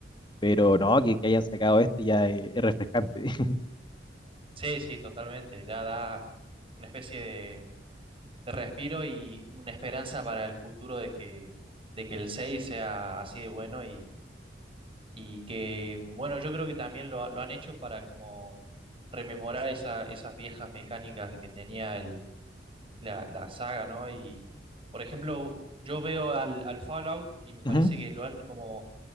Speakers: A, on the left; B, on the right.
A: Pero no, que, que hayan sacado esto ya es, es refrescante. <laughs>
B: Sí, sí, totalmente. Ya da una especie de, de respiro y una esperanza para el futuro de que, de que el 6 sea así de bueno y Y que, bueno, yo creo que también lo, lo han hecho para como rememorar esa- esas viejas mecánicas de que tenía el, la, la saga, ¿no? Y, por ejemplo, yo veo al, al Fallout y me parece
A: Ujú,
B: que lo han como